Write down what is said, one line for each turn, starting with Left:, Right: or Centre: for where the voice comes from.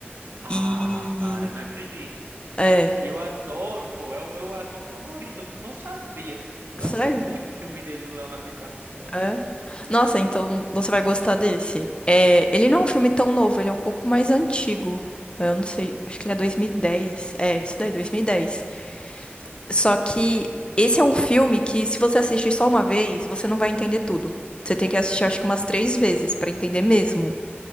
Right: Ah,
Left: E.
Right: cara, não acredito.
Left: É.
Right: E eu adoro, pô. É o meu ator favorito. Eu não sabia. Eu assisto
Left: Sério?
Right: muito o filme dele do Leonardo DiCaprio. Muito.
Left: É.
Right: Não
Left: Nossa, então você vai gostar desse. É, ele não é um filme tão novo, ele é um pouco mais antigo. Eu não sei, acho que ele é 2010. É, isso daí, 2010. Só que esse é um filme que, se você assistir só uma vez, você não vai entender tudo. Você tem que assistir, acho que umas três vezes pra entender mesmo.